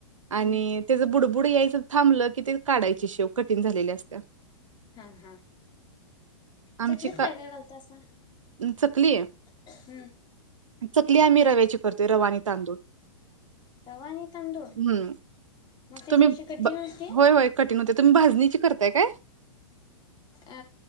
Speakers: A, on the right; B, on the left.
A: आणि
B: हम्म
A: त्याचं बुडबुड यायचं थांबलं की ते काढायचे शेव कठीण झालेल्या असत.
B: हा हा.
A: आमची
B: चकलीत
A: का
B: काय काय घालत असं
A: चकली आहे
B: हम्म
A: चकली आम्ही रव्याची करतोय रवा आणि तांदूळ.
B: रवा आणि तांदूळ.
A: हम्म
B: मग त्याची
A: तुम्ही
B: अशी कठीण होती
A: होय होय कठिण होत तुम्ही भाजणीची करताय काय.
B: अ